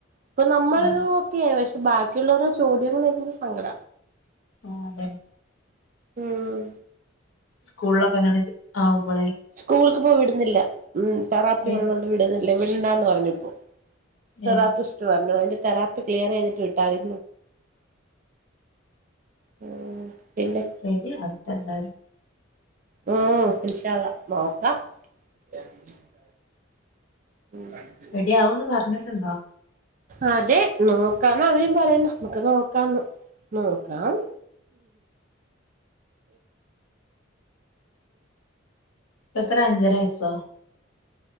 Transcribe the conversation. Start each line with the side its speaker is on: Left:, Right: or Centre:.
Right: ഇപ്പൊ നമ്മളിത്
Left: ആഹ്
Right: പക്ഷെ ബാക്കിയുള്ളവരുടെ ചോദ്യങ്ങൾക്ക സങ്കട
Left: ആഹ് അതന്നെ
Right: ഉംമ്
Left: സ്കൂളിലൊക്കെ അങ്ങനെ ആവുമ്പോളെ
Right: സ്കൂളക്ക്പ്പോ വിടുന്നില്ല ഉമ് തെറാപ്പിള്ളോണ്ട്
Left: ഏ
Right: വിടുന്നില്ല വിടണ്ടാന്ന് പറഞ്ഞപ്പോ തെറാപ്പിസ്റ്റ്
Left: ഏ
Right: പറഞ്ഞു അതിന്റെറെ തെറാപ്പി ക്ലിയർ ചെയ്തിട്ട് വിട്ടാമതി ഓ പിന്നെ
Left: ശെരി <unintelligible>
Right: ഉ ഇൻഷാ അള്ളാ നോക്കാം <unintelligible> മം
Left: റെഡിയാവുമെന്ന് പറഞ്ഞിട്ടുണ്ടോ
Right: അതെ നോക്കാന്ന അവരും പറയുന്നു നമ്മുക്ക് നോക്കാം എന്ന് നോക്കാം
Left: ഇത്ര അഞ്ചരയസോ